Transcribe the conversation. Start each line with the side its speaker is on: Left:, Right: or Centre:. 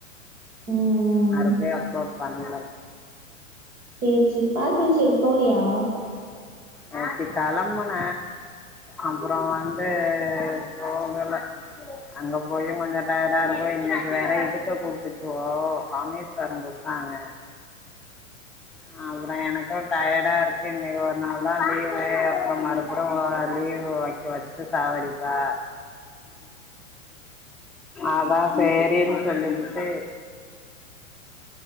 Right: ம்
Centre: மறுபடியு எப்ப பண்ல
Right: செர் செர் பால்பனு சேரி போலையா
Centre: நேத்தே கேலம்பன அப்புறோ வந்து போகல அங்க போயு கொஞ்சோ டயர்டா இருக்கு இன்னைக்கி வேற இதுக்க கூப்டுச்சுவு கமேஸ் தரு குட்த்தாங்க அ அப்புறோ எனக்கு டயர்டா இருக் கு இன்னைக்கி ஒரு நாள் தா லீவு அப்புறம் மறுபுறவு லீவு வாக்கி வச்சு சாவடிப்பா அதா சேரின் சொல்லிபுட்டு